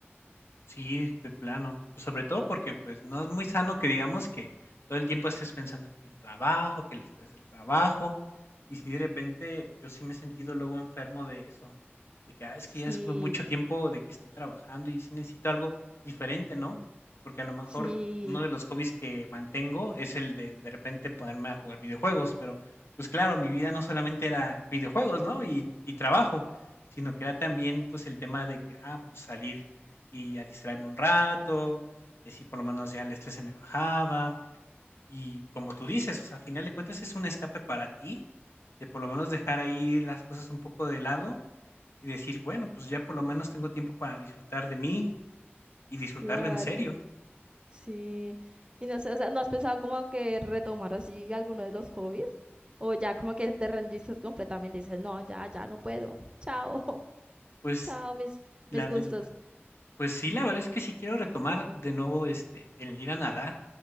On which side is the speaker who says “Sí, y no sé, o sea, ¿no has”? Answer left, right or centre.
Right